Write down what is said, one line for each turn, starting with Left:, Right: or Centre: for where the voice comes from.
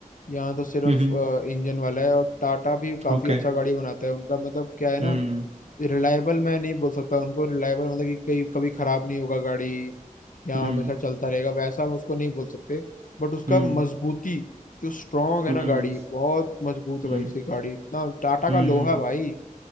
Left: यहाँ तो सिर्फ
Right: हम्म हम्म।
Left: इंजन वाला है और टाटा भी काफी
Right: ओके
Left: अच्छा गाड़ी बनाता है उनका मतलब क्या है ना
Right: हम्म
Left: रिलायबल मैं नहीं बोल सकता उनको रिलायबल मतलब कि कहीं कभी खराब नहीं होगा गाड़ी या
Right: हम्म
Left: हमेशा चलता रहेगा वैसा हम उसको नहीं बोल सकते बट उसका
Right: हम्म
Left: मजबूती जो स्ट्रांग है
Right: हम्म
Left: ना गाड़ी बहुत मजबूत है
Right: हम्म
Left: भाई इसकी गाड़ी इतना टाटा
Right: हम्म,
Left: का लोहा है भाई